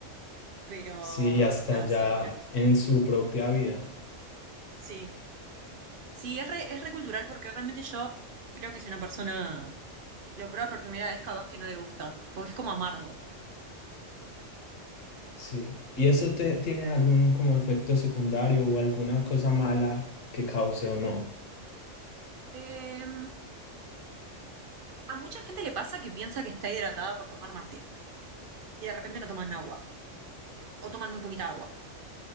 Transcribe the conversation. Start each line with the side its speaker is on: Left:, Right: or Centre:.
Right: Pero
Left: sí, y hasta
Right: nada,
Left: ya
Right: sí, es muy gracioso.
Left: en su propia vida.
Right: Sí, sí, es re, es re cultural porque realmente yo creo que soy una persona Lo prueba por primera vez, capaz que no le gusta, porque es como amargo.
Left: Sí. ¿Y eso te, tiene algún como efecto secundario o alguna cosa mala que cause o no?
Right: Eh, a mucha gente le pasa que piensa que está hidratada por tomar mate y de repente no toman agua o toman muy poquita agua.